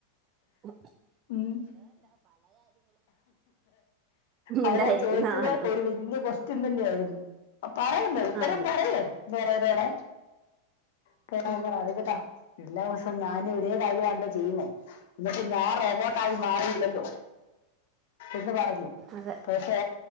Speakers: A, on the right; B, on the left.
A: ഉ
B: ഉം അവരാ
A: ഉണ്ടായിരിക്കുന്ന
B: ചോദിച്ചത്
A: നല്ലത്
B: ഒരു- വലയ ക്വസ്റ്റ്യൻ തന്നെയ ആയിരുന്നു അ പറയണ്ട ഇത്തരം
A: ആയിരുന്നു
B: പറയേ എന്ത പറയതടെ ആ. കേട്ടാ എല്ലാവർഷവും ഞാന് ഒരേ കാര്യമാണല്ലോ ചെയ്യുന്നേ എന്നിട്ട് ഞാൻ റബോട്ട മാറിയില്ലല്ലോ എന്ന് പറഞ്ഞു
A: അതെ
B: പക്ഷെ